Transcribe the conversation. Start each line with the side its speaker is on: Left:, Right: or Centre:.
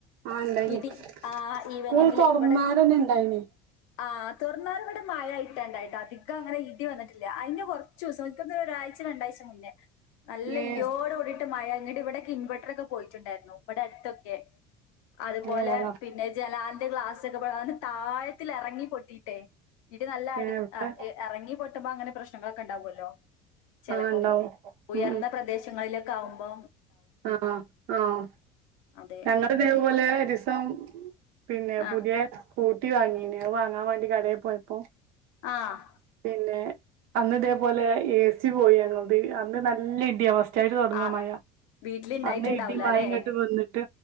Right: ആഹ് ഇണ്ടായിനി
Left: ഇടി ആ ഈവനിങ്ങില്
Right: സ്കൂൾ തൊറന്നാരെന്നെ
Left: ഇവിടെ
Right: ഇണ്ടായിനി
Left: ആഹ് തുൊറന്നാരെങ്ങട്ട് മഴായി ട്ടാണ്ടായി് അധിക ങ്ങനെ ഇടി വന്നിട്ടില്ല അതിന് കൊറച്ച് ദിവസം ഒരാഴ്ച രണ്ടാഴ്ച മുന്നേ നല്ല
Right: ഏഹ്
Left: ഇടിയോടെ കൂടിയിട്ട് മഴ ങ്ങട്ട് ഇവിടക്കെ ഇൻവെർട്ടർ ഒക്കെ പോയിട്ടുണ്ടായിരുന്നു ഇവിടെ അടുത്തൊക്കെ അതുപോലെ
Right: ഏഹ്
Left: പിന്നെ ജനാലന്റെ ഗ്ലാസൊക്കെ പോട്ടി താഴത്തിൽ ഇറങ്ങി പൊട്ടിട്ടെ ഇടി നല്ല അടു
Right: ഏഹ് ഇവിടെ
Left: എറങ്ങിപട്ടുമ്പോ അങ്ങനെ പ്രശ് ശ്നങ്ങളൊക്കെ ഉണ്ടാവുമല്ലോ ചെലപ്പം
Right: ആഹ് ഇണ്ടാവും
Left: ഉയർന്ന
Right: ഉം ഉം
Left: പ്രദേശങ്ങളിലെ കാവുമ്പോ
Right: ആഹ് ആഹ്
Left: അതെ
Right: ഞങ്ങളെവടെപോലെ രിസം പിന്നെ
Left: ആ
Right: പുതിയ കൂട്ടി വാങ്ങീണത് വാങ്ങാൻ വേണ്ടി കടേ പോയപ്പോ
Left: ആഹ്
Right: പിന്നെ അന്ന് ഇതേപോലെ എ സി പോയി ഞങ്ങളത് അന്ന് നല്ല ഇടിയ അ സ്റ്റായിട്ട് തൊടങ്ങ
Left: ആ
Right: മഴ
Left: വീട്ടിലുണ്ടായിട്ടുണ്ടാവൂല
Right: അന്ന് ഇടി മഴങ്ങട്ട്
Left: അല്ലേ
Right: വന്നിട്ട്